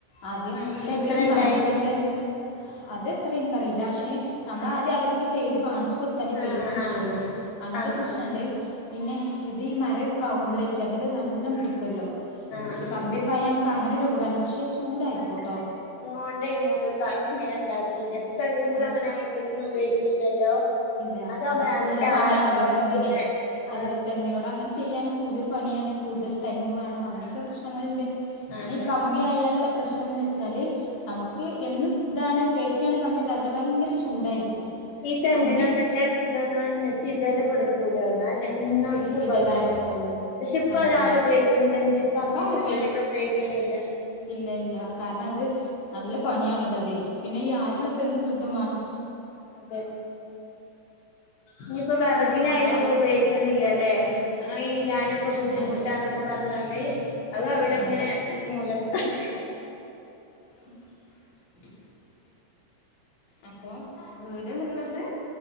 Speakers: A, on the left (about 40°); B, on the left (about 65°).
A: ആദ്യം
B: അങ്ങടെ
A: ഇപ്പൊ
B: എത്ര
A: ഈ മരത്തിന്റെ
B: ഇണ്ടായിനു
A: അതെത്ര എനികറിയില്ല പക്ഷെ നമ്മളാദ്യം അവർക്ക് ചെയ്ത് കാണിച്ചു കൊടുത്താലേ പൈസ
B: ആഹ്
A: കിട്ടുള്ളു
B: ആഹ്
A: അങ്ങനൊരു
B: ആഹ്
A: പ്രശ്നുണ്ട്
B: ആഹ്
A: പിന്നെ ഇത് ഈ മരൊക്കെ ആകുമ്പോളെ ചെതല് നല്ലം പിടിക്കല്ലോ
B: ആഹ്
A: പക്ഷെ
B: ആഹ്
A: കമ്പിയൊക്കായ നമുക്ക് അങ്ങനൊരു ഉപകാരമുണ്ട് പക്ഷെ ചൂടായിക്കോട്ടോ
B: ഓണ്ടെ അതൊക്കെ അങ്ങനെ ഉണ്ടാക്കി ഇപ്പൊങ്
A: അത്
B: അങ്ങന അ ഉപയോഗ ല്ലോ
A: ഇല്ല
B: അതാവുമ്പോ
A: അതിപ്പോൾ
B: നല്ല
A: പണിയാണല്ലോ
B: ആര് ഉറപ്പില്ല
A: ഈ തെങ്ങിനെ
B: ആ
A: അത് തെങ്ങിനോട് അങ്ങനെ ചെയ്യാനും കൂടുതല് പണിയാണ് കൂടുതൽ ടൈമ് വേണം അങ്ങനെയൊക്കെ
B: ആഹ്
A: പ്രശ്നങ്ങളുണ്ട്
B: ആഹ്
A: പിന്നെ
B: അതെ
A: ഈ കമ്പി ആയാലുള്ള പ്രശ്നം എന്ന് വെച്ചാൽ നമുക്ക് എന്ന് ഇതാണ് സേഫ്റ്റി ആണ് പറഞ്ഞിട്ട് കാര്യല്ല ഭയങ്കര ചൂടായിരിക്കും
B: ഇട്ട്
A: കമ്പി
B: എങ്ങനെ ഒന്നിന്റെ ഇതൊന്നും ചെയ്താലും- ഇപ്പൊ എടുക്കൂലാല്ലോ എന്നാർക്കും
A: പിടിക്കില്ലല്ലേ
B: ഉപകാരാണല്ലോ പക്ഷെ ഇപ്പ
A: അതെ
B: അത് ആരും ഉപയോഗിക്കുന്നില്ല എന്തിന് ഫർണിച്ചറിന്
A: ഇപ്പം ആരും
B: ആയാലും ഉപയോഗിക്കുന്നില്ല
A: ഇല്ല ഇല്ല കാരണം അത് നല്ല പണിയാണോലോ അതെ പിന്നെ ഈ ആരുള്ള തെങ്ങ് കിട്ടുംവേണം
B: അതെ ഇനിയിപ്പോ വെറകിനായാലും
A: അപ്പോൾ
B: ഇപ്പ ഉപയിക്ക- കേൾക്കുന്നില അല്ലേ ഞാനൊക്കെ ബുദ്ധിമുട്ടാന്നൊക്കെ
A: അതെ
B: പറഞ്ഞോണ്ട് അത് അവിടെ
A: അതെ
B: അങ്ങനെ മൂലയ്ക്ക്‌ കടക്ക-
A: <inaudible> അപ്പൊ വീട് എന്നുള്ളത്